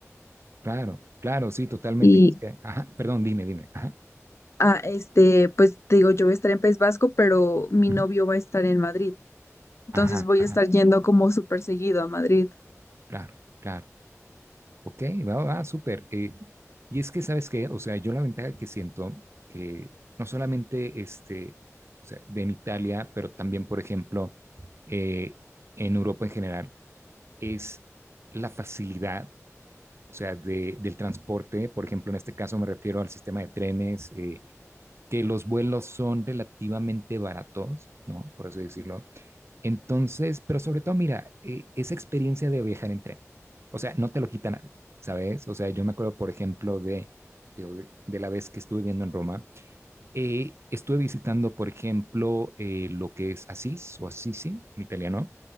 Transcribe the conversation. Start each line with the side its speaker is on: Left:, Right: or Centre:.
Right: Claro, claro, sí, totalmente.
Left: Y
Right: Es que- Ajá, perdón, dime, dime. Ajá.
Left: ah, este, pues te digo, yo voy a estar en País Vasco, pero mi
Right: Ujú.
Left: novio va a estar en Madrid. Entonces
Right: Ajá,
Left: voy
Right: ajá,
Left: a estar yendo como súper seguido a Madrid.
Right: claro, claro. Ok, va, va, súper. Eh, y es que, ¿sabes qué? O sea, yo la ventaja que siento que no solamente este, o sea, de en Italia, pero también, por ejemplo, eh, en Europa en general, es la facilidad o sea, de, del transporte. Por ejemplo, en este caso me refiero al sistema de trenes, eh, que los vuelos son relativamente baratos, ¿no? Por eso decirlo. Entonces, pero sobre todo, mira, eh, esa experiencia de viajar en tren, o sea, no te lo quita nadie, ¿sabes? O sea, yo me acuerdo, por ejemplo, de, de, de la vez que estuve viendo en Roma, eh, estuve visitando, por ejemplo, eh, lo que es Asís o Assisi en italiano,